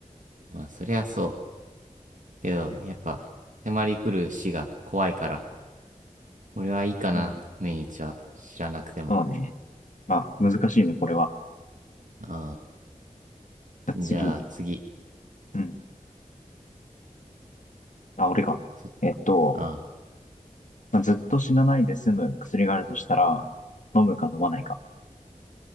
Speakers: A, on the right; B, on the left.
A: まあそりゃそう。けど、やっぱ、迫り来る死が怖いから、俺はいいかな、
B: うん
A: 命日は知らなくても。
B: そうね。まあ、難しいね、これは。
A: う
B: じゃあ次。
A: ん。じゃあ次。
B: うん。あ、俺か。
A: そ、
B: えっと、
A: うん。
B: まあ、ずっと死なないで済む薬があるとしたら、飲むか飲まないか。